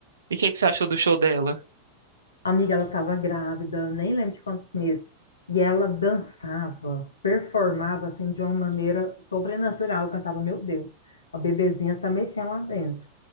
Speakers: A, on the right (about 65°); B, on the left (about 75°).
A: E o que é que você achou do show dela?
B: Amiga, ela estava grávida, nem lembro de quantos meses. E ela dançava, performava assim de uma maneira sobrenatural. Eu pensava, meu Deus, a bebezinha tá mexendo lá dentro.